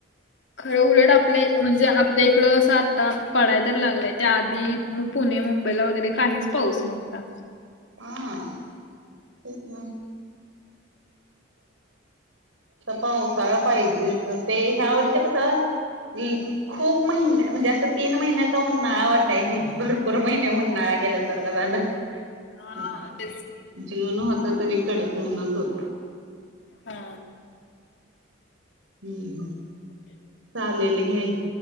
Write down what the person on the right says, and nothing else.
हां तेच ना पावसाळा पाहिजे ते ह्या वर्ष कसा हम, खूप महिन म्हणजे असं तीन महिन्याचा उन्हाळा वाटाय नाही, भरपूर महिने उन्हाळा गेला जर का झालं,
जीऊन
होत तरी कडक ऊनच होत
हम्म हम
चालेल घे,